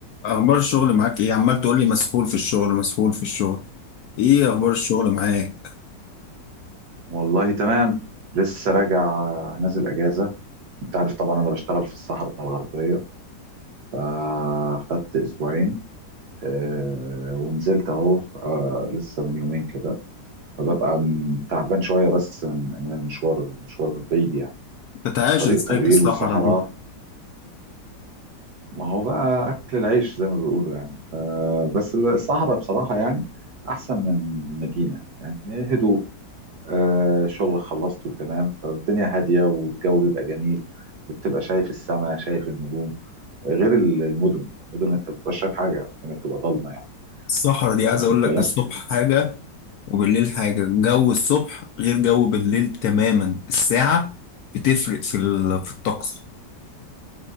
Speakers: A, on the left; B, on the right.
A: اخبار الشغل معاك ايه عمال تقول لي مسحول في الشغل مسحول في الشغل ايه اخبار الشغل معاك
B: والله تمام لسه راجع نازل اجازه انت عارف طبعا انا بشتغل في الصحراء الغربيه فاخدت اسبوعين آه، ونزلت اهو ف- آه، لسه من يومين كده فببقى م- تعبان شويه بس من من المشوار المشوار بعيد يعني
A: بتعايش
B: طريق
A: ازاي
B: طويل
A: في الصحراء
B: وصحراء
A: دي
B: ما هو بقى اكل العيش زي ما بيقولوا يعني فبس الصحراء بصراحه يعني احسن من المدينه يعني هدوء آه، شغل خلصته تمام فالدنيا هادية والجو بيبقى جميل بتبقى شايف السماء شايف النجوم غير ال- المدن المدن انت بتبقى شايف حاجة الدنيا بتبقى ضلمة يعني
A: الصحراء دي عايز
B: واخد
A: اقول لك
B: بالك
A: الصبح حاجة وبالليل حاجة جو الصبح غير جو بالليل تماما الساعة بتفرق في ال- في الطقس